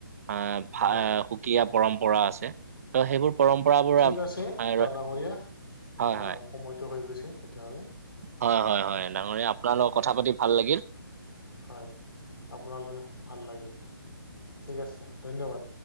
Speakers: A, on the right; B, on the left.
A: আ ভা
B: হয়
A: সুকীয়া পৰম্পৰা আছে ত সেইবোৰ পৰম্পৰাবোৰ
B: ঠিক
A: আ
B: আছে
A: হয়
B: ডাঙৰীয়া
A: হয়
B: আমাৰ
A: হয়
B: সময়টো হৈ গৈছে তেতিয়াহ'লে
A: হয় হয় হয় ডাঙৰীয়া আপোনাৰ লগত কথা পাতি ভাল লাগিল
B: হয় আপোনালৈ ভাল লাগিল ঠিক আছে ধন্যবাদ